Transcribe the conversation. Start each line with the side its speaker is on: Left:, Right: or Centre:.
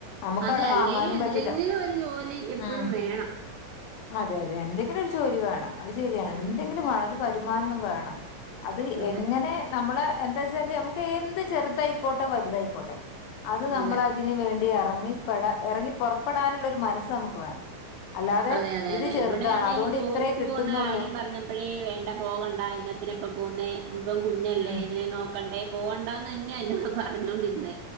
Left: നമുക്ക്
Right: അതെ
Left: അവിടെ
Right: അല്ലേലും
Left: വാങ്ങാനും
Right: എന്തെങ്കിലും
Left: പറ്റില്ല
Right: ഒരു ജോലി എപ്പോഴും
Left: ഉം
Right: വേണം.
Left: അതെ അതെ എന്തെങ്കിലും ഒരു ജോലി വേണം അത് ശരിയാണ്
Right: ഉം
Left: എന്തെങ്കിലും വേണം ഒരു വരുമാനം ഒന്ന് വേണം. അത്
Right: അതെ
Left: എങ്ങനെ നമ്മള് എന്താച്ചാല് നമുക്ക് എന്ത് ചെറുതായിക്കോട്ടെ വല തായിക്കോട്ടെ അത് നമ്മളതിന്
Right: അതെ
Left: വേണ്ടി എറങ്ങിപെടാ എറങ്ങി പോറ <unintelligible> പ്പെടാനുള്ള ഒരു മനസ്സ് അമ്മക്ക് വേണം അല്ലാതെ
Right: അതെയതെയതെ.
Left: ഇത് ചെറുതാണ്.
Right: ഇവിടെ ആണേലും
Left: അതുകൊണ്ട്
Right: ജോലിക്ക്
Left: ഇത്രേ കിട്ടുന്നുള്ളൂ.
Right: പോന്ന കാര്യം പറഞ്ഞപ്പഴേ വേണ്ട പോകണ്ട എന്ന ത്തിനപ്പ പോന്നേ ഇവം കുഞ്ഞല്ലേ
Left: ഉം.
Right: ഇവനെ നോക്കണ്ടേ പോവണ്ടാന്ന് തന്നെയാന്നോട് പറഞ്ഞൊണ്ടിരുന്നേ